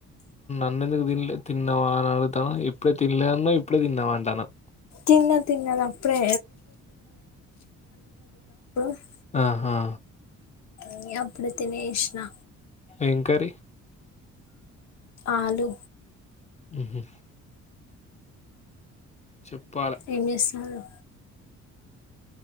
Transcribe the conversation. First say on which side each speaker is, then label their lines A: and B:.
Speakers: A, on the left; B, on the left.
A: అన్నందుకు తిన్లే తిన్నావా అని అడుగుతాన ఇప్పుడే తినలే అన్నవ్ ఇప్పుడే తిన్నావా అంటనవ్
B: తిన్న తిన్ననప్పుడే <unintelligible>
A: ఆహా
B: ఇగ అప్పుడే తినేష్నా
A: ఎం కర్రీ
B: ఆలు
A: ఉహు చెప్పాలే
B: ఏం చేస్తునరు